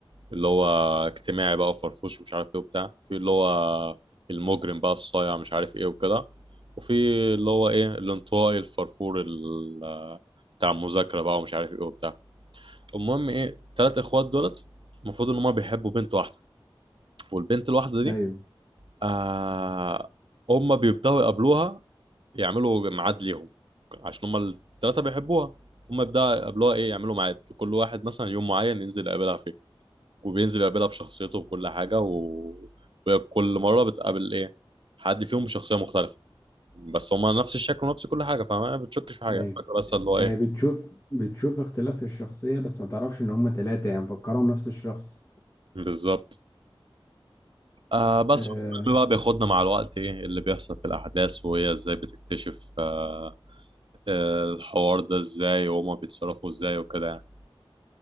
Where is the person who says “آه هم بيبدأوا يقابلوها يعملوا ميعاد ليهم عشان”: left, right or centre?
Right